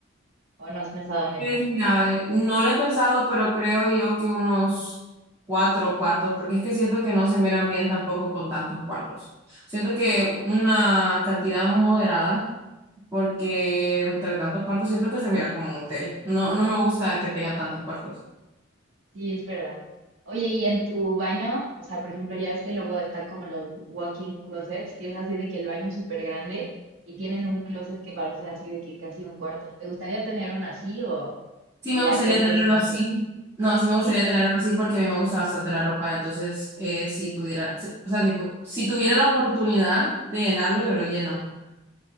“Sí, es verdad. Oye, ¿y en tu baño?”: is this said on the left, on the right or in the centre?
Right